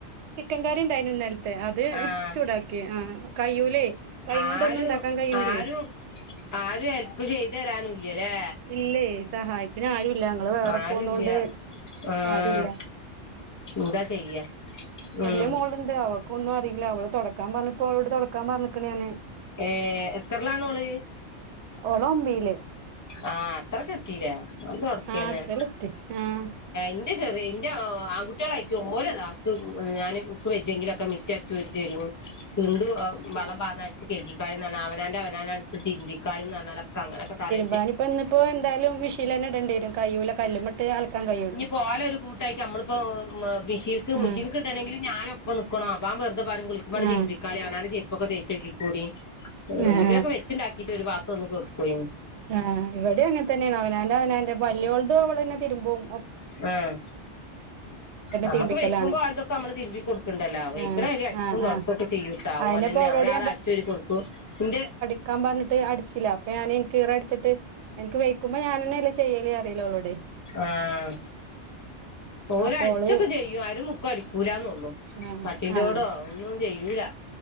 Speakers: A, on the right (about 75°); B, on the left (about 20°).
A: ചിക്കൻ കറിണ്ടായിന് ഇന്നലത്തെ അത്
B: ആഹ്
A: ചൂടാക്കി ആഹ് കയ്യൂലേ കൈ
B: ആരും
A: കൊണ്ട്ന്നും ഉണ്ടാക്കാൻ കഴിയിന്നില്ലേ
B: ആരും ആരും ഹെൽപ് ചെയ്ത് തരാനുല്ലല്ലേ
A: ഇല്ലയി സഹായത്തിന് ആരുല്ല ഞങ്ങള് വേറെ
B: ആരുല്ല
A: പോന്നൊണ്ട്
B: ആഹ്
A: ആരുല്ല
B: എന്താ ചെയ്യാ
A: വലിയ
B: ഉം
A: മോളുണ്ട് അവൾക് ഒന്നും അറിയില്ല അവള് തോടക്കാൻ പറഞ്ഞപ്പോ അവളോട് തുടക്കാൻ പറഞ്ക്കണ് ഞാന്
B: ഏഹ് എത്രല്ലാണോള്
A: ഒള് ഒമ്പയില്
B: ആഹ് അത്രക്കത്തീലെ അത് തോടക്കന്നെ
A: ആഹ് അത്രല്ലത്തി ആഹ്
B: ന്റെ ചെറിയ എന്റെ ആൺകട്ടികളാരിക്കും ഓലെതാ ഞാന് ക്ക് വെജെങ്കിലൊക്കെ മിറ്റ ചോരിതരും തിണ്ട് വള്ളം പാറ്ന്ന് അടിച്ച് കേക്കിക്കാളിന്ന് പറഞ്ഞ അവനാന്റെ അവനാന അടുത്ത് തിരുബി ക്കാളിന്ന്റഞ്ഞക്ക അങ്ങനൊക്ക തല
A: ഞാനിപ്പോ ഇന്ന് പ്പോ എന്താലും മിഷീൻ തന്നെ ഇടേണ്ടിരും കയ്യൂല കല്ലുമട്ട് അലക്കാൻ കയൂല
B: പോലെ ഒരു കൂട്ടായിട്ട് നമ്മളിപ്പോം മിഷീക്ക്
A: ഉം
B: മിഷീൻക്ക് ഇടണങ്കിൽ ഞാനൊ അപ്പം ഞാൻ വെറുതപറയും കുളിക്കുമ്പേ
A: ആഹ്
B: തിരുമ്പിക്കാളി അവനാൻന്റെ ചെരുപ്പൊക്കെ തേച്ചഗ്ഗി കൂടി
A: ആഹ്
B: എന്തെങ്കിലൊക്കെ വെച്ചുണ്ടാക്കിട്ട് ഒരു പാത്ത് ഒന്ന് കൊടുക്കയിന്
A: ആഹ് ഇവിടേം അങ്ങന തന്നെണ് അവനാന്റെ അവനാന്റെ പല്യോളത് ഓളന്നേതിരുമ്പും
B: ആഹ് നമ്മക്ക്
A: തിരുമ്പിക്കലാണ്
B: വൈക്കുമ്പോ ഓലത് തൊക്കെ നമ്മള് തിരുമ്പി കൊടുക്കണ്ടല്ലോ വൈക്ക്ണരി
A: ആഹ്
B: അടിക്കും
A: ആഹ്
B: തോ
A: ആഹ്
B: ഒക്ക ചെയ്യൂട്ട
A: അയിനിപ്പോ
B: ഓലന്നെ
A: അവളോട്
B: ഒരാൾ അടിച്ചു വാരി തൊടക്കും എന്ത്
A: ക്കാൻ പറഞ്ഞിട്ട് അടിച്ചില അപ്പൊ ഞാൻ ഇൻക്ക് ഈറ ടിച്ചിട്ട് എനക്ക് വൈക്കുമ്പോ ഞാനന്നല്ലേ ചെയ്യല് അറിയില ഓള്ളോടെ
B: ആഹ് ഓല്
A: അപ്പോള്
B: അടിച്ചൊക്കെ ചെയ്യും ആരും മുക്കും അടിക്കൂലന്നൊള്ളു
A: ആഹ്
B: കട്ടിന്റെടോ
A: ആഹ്
B: ഒന്നും ചെയ്യൂല